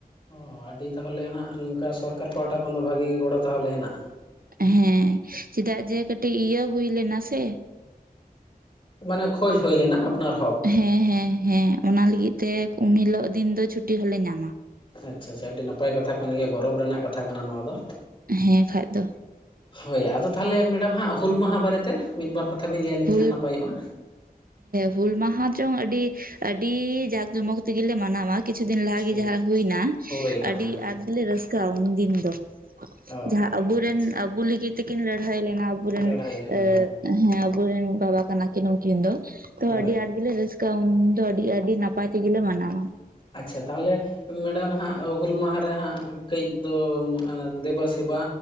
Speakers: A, on the left; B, on the right.
A: ᱚ ᱟᱹᱰᱤ ᱛᱟᱦᱞᱮ ᱦᱟᱜ ᱱᱚᱝᱠᱟ ᱥᱚᱨᱠᱟᱨ ᱯᱟᱦᱴᱟ ᱠᱷᱚᱱ ᱫᱚ ᱵᱷᱟᱜᱤ ᱛᱟᱦᱚᱞᱮ ᱦᱮᱱᱟᱜ-ᱟ
B: ᱦᱮᱸ ᱪᱮᱫᱟᱜ ᱡᱮ ᱠᱟᱹᱴᱤᱡ ᱤᱭᱟᱹ ᱦᱩᱭ ᱞᱮᱱᱟ ᱥᱮ
A: ᱢᱟᱱᱮ ᱠᱷᱳᱚᱡ ᱦᱚᱭ ᱞᱮᱱᱟ ᱟᱯᱱᱟᱟᱨ ᱦᱚᱠ
B: ᱦᱮᱸ ᱦᱮᱸ ᱦᱮᱸ ᱚᱱᱟ ᱞᱟᱹᱜᱤᱫ ᱛᱮ ᱩᱱ ᱦᱤᱞᱚᱜ ᱫᱤᱱ ᱫᱚ ᱪᱷᱩᱴᱤ ᱦᱚᱞᱮ ᱧᱟᱢᱟ᱾
A: ᱟᱪᱪᱷᱟ ᱪᱷᱟ ᱟᱹᱰᱤ ᱱᱟᱯᱟᱭ ᱠᱟᱛᱷᱟ ᱠᱟᱱ ᱜᱮᱭᱟ ᱜᱚᱨᱚᱵᱽ ᱨᱮᱱᱟᱜ ᱠᱟᱛᱷᱟ ᱠᱟᱱᱟ ᱱᱚᱣᱟ ᱫᱚ᱾
B: ᱦᱮᱸ ᱠᱷᱟᱡ ᱫᱚ
A: ᱦᱳᱭ ᱟᱫᱚ ᱛᱟᱦᱚᱞᱮ ᱢᱮᱰᱟᱢ ᱦᱟᱸᱜ ᱦᱩᱞ ᱢᱟᱦᱟ ᱵᱟᱨᱮᱛᱮ ᱢᱤᱫ ᱵᱟᱨ ᱠᱟᱛᱷᱟ ᱵᱮᱤᱱ ᱞᱟᱹᱭ ᱟᱹᱞᱤᱧ
B: ᱦᱩᱞ
A: ᱠᱷᱟᱱ ᱱᱟᱯᱟᱭᱚᱜ-ᱟ?
B: ᱦᱩᱞ ᱢᱟᱦᱟ ᱪᱚᱝ ᱟᱹᱰᱤ ᱡᱟᱠ ᱡᱚᱢᱚᱠ ᱛᱮᱜᱮᱞᱮ ᱢᱟᱱᱟᱣᱟ ᱠᱤᱪᱷᱩ ᱫᱤᱱ ᱞᱟᱦᱟᱮ
A: ᱴᱷᱤᱠ
B: ᱡᱟᱦᱟᱸ ᱦᱩᱭᱱᱟ
A: ᱴᱷᱤᱠ ᱦᱳᱭᱱᱟ
B: ᱟᱹᱰᱤ
A: ᱦᱮᱸ
B: ᱟᱸᱴ ᱜᱮᱞᱮ ᱨᱟᱹᱥᱠᱟᱹᱜ-ᱟ ᱩᱱᱫᱤᱱ ᱫᱚ
A: ᱚ
B: ᱡᱟᱦᱟᱸ ᱟᱵᱚᱨᱮᱱ
A: ᱟᱪᱪᱷᱟ
B: ᱟᱵᱚ ᱞᱟᱹᱜᱤᱫ ᱛᱮᱠᱤᱱ ᱞᱟᱹᱲᱦᱟᱹᱭ ᱞᱮᱱᱟ ᱟᱵᱚᱨᱮᱱ
A: ᱞᱟᱹᱲᱦᱟᱹᱭ ᱞᱮᱱᱟ
B: ᱮᱟ ᱦᱮᱸ ᱟᱵᱚᱨᱮᱱ ᱵᱟᱵᱟ ᱠᱟᱱᱟ ᱠᱤᱱ ᱩᱠᱤᱱ ᱫᱚ ᱛᱚ
A: ᱦᱳᱭ
B: ᱟᱹᱰᱤ ᱟᱴᱞᱮ ᱨᱟᱹᱥ ᱠᱟᱹ ᱩᱱ ᱫᱚ ᱟᱹᱰᱤ ᱟᱹᱰᱤ ᱱᱟᱯᱟᱭ ᱛᱮᱜᱮᱞᱮ ᱢᱟᱱᱟᱣᱟ
A: ᱟᱪᱪᱷᱟ ᱛᱟᱦᱚᱞᱮ ᱢᱮᱰᱟᱢ ᱦᱟᱸᱜ ᱦᱩᱞ ᱢᱟᱦᱟᱨᱮ ᱦᱟᱸᱜ ᱠᱟᱹᱡ ᱫᱚ ᱫᱮᱵᱟ ᱥᱮᱵᱟ